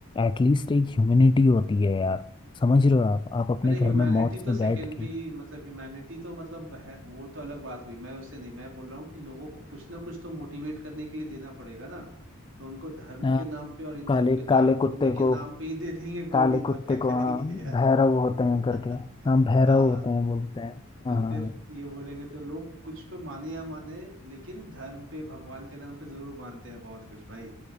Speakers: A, on the left (about 25°); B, on the right (about 65°).
A: एटलीस्ट एक ह्यूमिनिटी होती है यार समझ रहे हो आप आप अपने
B: अरे
A: घर
B: ह्यूमैनिटी
A: में मौत
B: तो
A: से
B: सेकेंडरी
A: बैठ के
B: मतलब ह्यूमैनिटी तो मतलब है वो तो अलग बात हुई मैं उससे नहीं मैं बोल रहा हूँ कि लोगों को कुछ ना कुछ तो मोटिवेट करने के लिए देना पड़ेगा ना तो उनको धर्म
A: हाँ,
B: के नाम पे और इन
A: काले
B: सब के दान
A: काले कुत्ते
B: पुण्य के
A: को
B: नाम पे ही दे देंगे
A: काले
B: गोली
A: कुत्ते
B: और क्या
A: को
B: करेंगे
A: हाँ
B: यार
A: भैरव
B: <laughs>
A: होते हैं करके हाँ भैरव
B: हाँ
A: होते हैं बोलते हैं
B: तो
A: हाँ
B: फिर ये बोलेंगे तो लोग कुछ पे माने या माने लेकिन धर्म पे भगवान के नाम पे जरूर मानते हैं बहुत कुछ भाई